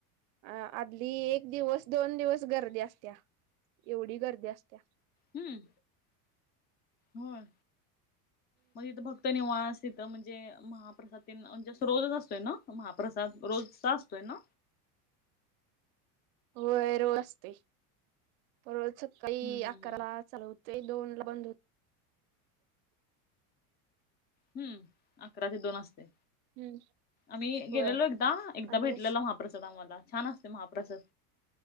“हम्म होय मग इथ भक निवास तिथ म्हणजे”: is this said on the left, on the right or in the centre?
Left